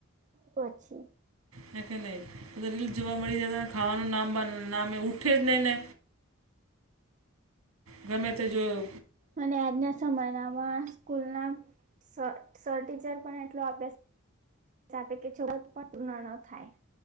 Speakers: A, on the right (about 35°); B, on the right (about 85°).
A: પછી.
B: હે કે નય રીલ જોવા મળી જાય તોને ખાવાનું નામ બા નામ એ ઉઠે જ નહીં ને. ગમે તો જોયુ.
A: અને આજના સમયનામાં સ્કૂલ ના સ સર ટીચર પણ એટલો આપે છે. હસા આપે કે ચ પણ પૂર્ણ ન થાય